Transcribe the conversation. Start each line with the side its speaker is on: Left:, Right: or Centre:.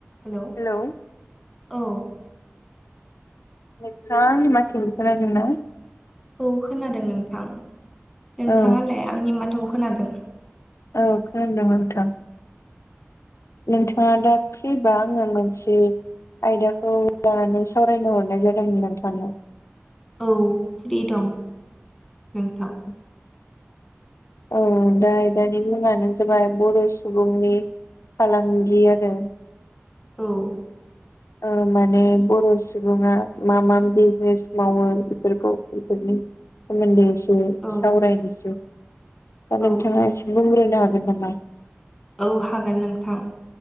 Centre: हेल'
Left: hello
Centre: औ
Left: नोंथाङा आंनि माथोखौ खोनादों ना
Centre: औ खोनादों नोंथां नोंथाङालाय
Left: औ
Centre: आंनि माथो खोनादों
Left: औ खोनदों नोंथां नोंथाङा दा फ्रिबा आङो मोनसे आयदाखौ लानानै सावरायनो हरनाय जादोंमोन नोंथांनाव
Centre: औ फ्रि दं नोंथां
Left: <inaudible> औ दा दानि मुङानो जाबाय बर' सुबुंनि फालांगि आरो
Centre: औ
Left: ओ माने बर' सुबुङा मा मा बिजनेस मावो बेफोरखौ बेफोरनि सोमोनदै इसे
Centre: औ
Left: सावरायनोसै दा
Centre: औ
Left: नोंथाङा एसे बुंग्रोनो हागोन नामा?
Centre: औ हागोन नोंथां